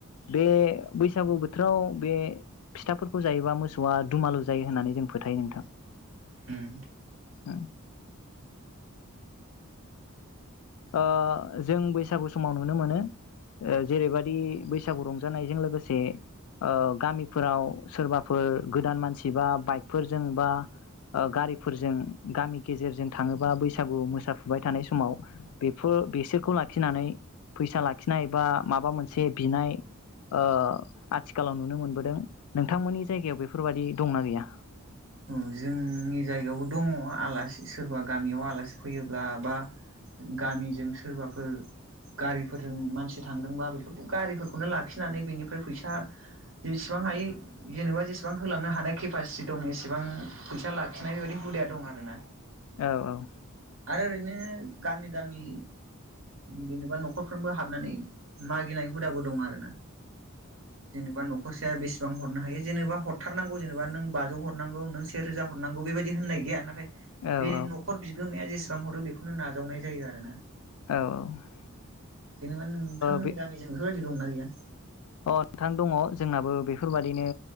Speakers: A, on the left (about 85°); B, on the right (about 60°).
A: बे बैसागु बोथोराव बे फिथाफोरखौ जायोबा मोसौआ दुमालु जायो होननानै जों फोथायो नोंथां।
B: उम।
A: उम। ओ जों बैसागु समाव नुनो मोनो ओ जेरैबायदि बैसागु रंजानायजों लोगोसे ओ गामिफोराव सोरबाफोर गोदान मानसि बा बाइकफोरजों बा ओ गारिफोरजों गामि गेजेरजों थाङोबा बैसागु मोसाफुबाय थानाय समाव। बेफो-बिसोरखौ लाखिनानै फैसा लाखिनाय बा माबा मोनसे बिनाय ओ आथिखालाव नुनो मोनबोदों नोंथांमोननि जायगायाव बेफोरबायदि दंना गैया?
B: ओं जोंनि जायगायावबो दङ आलासि सोरबा गामियाव आलासि फैयोब्ला बा गामिजों सोरबाफोर गारिफोरजों मानसि थांदोंबा बेफोरखौ गारिफोरखौनो लाखिनानै बेनिफ्राय फैसा जेसेबां हायो जेनोबा जेसेबां होलांनो हानाय केपासिटि दं एसे सेबां फैसा लाखिनाय बेबायदि हुदाया दं आरो ना।
A: औ औ।
B: आरो ओरैनो गामि गामि बेनोबा न'खरफ्रोमबो हाबनानै मागिनाय हुदाबो दं आरो ना। जेनेबा न'खरसेया बेसे सेबां हरनो हायो जेनेबा हरथारनांगौ जेनेबा नों बाजौ हरनांगौ नों से रोजा हरनांगौ बेबायदि होननाय गैया नाथाय
A: औ
B: बे
A: औ
B: न'खर बि माया जेसेबां हरो बेखौनो नावनाय जायो आरो ना।
A: ओ
B: जेनेबा नोंथांमोननि
A: बे
B: गामिजों बेफोरबायदि। दंना गैया?
A: अ नोंथां दङ जोंनाबो बेफोरबा दिनो